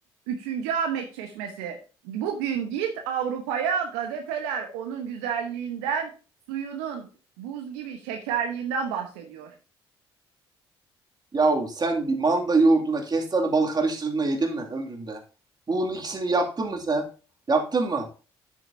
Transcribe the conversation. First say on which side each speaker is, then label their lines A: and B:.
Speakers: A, on the right; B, on the right.
A: Üçüncü Ahmet Çeşmesi. Bugün git Avrupa'ya gazeteler onun güzelliğinden, suyunun buz gibi şekerliğinden bahsediyor.
B: Yahu sen bir manda yoğurduna kestane balı karıştırdığında yedin mi ömründe? Bunun ikisini yaptın mı sen? Yaptın mı?